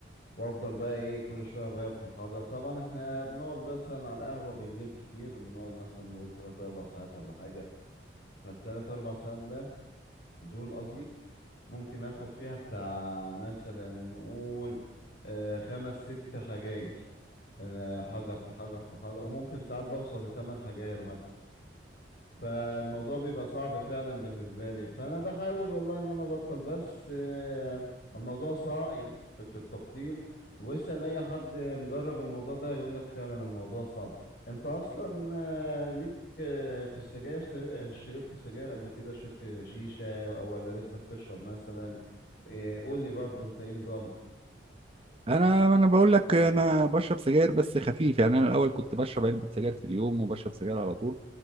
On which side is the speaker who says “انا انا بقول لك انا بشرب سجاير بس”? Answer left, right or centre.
Right